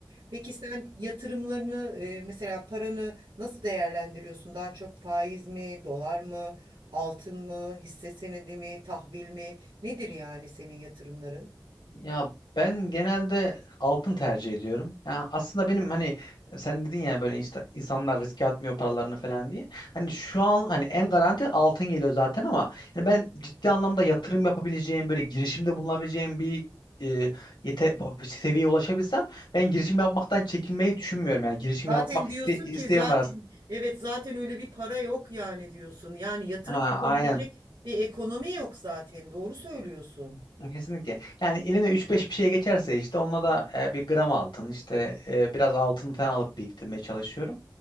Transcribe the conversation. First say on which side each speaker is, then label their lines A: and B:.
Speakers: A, on the right (about 80°); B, on the left (about 65°).
A: Peki sen yatırımlarını e, mesela paranı nasıl değerlendiriyorsun? Daha çok faiz mi, dolar mı, altın mı, hisse senedi mi, tahvil mi? Nedir yani senin yatırımların?
B: Ya ben genelde altın tercih ediyorum. Ya aslında benim hani sen dedin ya böyle insta- insanlar riske atmıyor paralarını falan diye. Hani şu an hani en garanti altın geliyor zaten ama yani ben ciddi anlamda yatırım yapabileceğim böyle girişimde bulunabileceğim bir e, yete seviyeye ulaşabilsem ben girişim yapmaktan çekinmeyi düşünmüyorum. Yani girişim
A: Zaten
B: yapmak
A: diyorsun
B: iste isteğim
A: ki zaten
B: var aslında.
A: evet zaten öyle bir para yok yani diyorsun. Yani yatırım
B: Ha,
A: yapabilecek
B: aynen.
A: bir ekonomi yok zaten. Doğru söylüyorsun.
B: Kesinlikle. Yani eline üç beş bir şey geçerse işte onunla da e, bir gram altın işte e, biraz altın falan alıp biriktirmeye çalışıyorum.